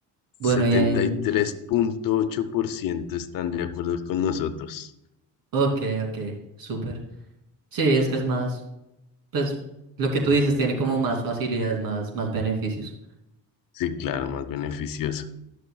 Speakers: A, on the right; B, on the left.
A: Bueno,
B: setenta
A: ya en...
B: y tres punto ocho por ciento están de acuerdo con nosotros.
A: Ok, ok, súper. Sí, es que es más, pues lo que tú dices tiene como más facilidades, más, más beneficios.
B: Sí, claro, más beneficioso.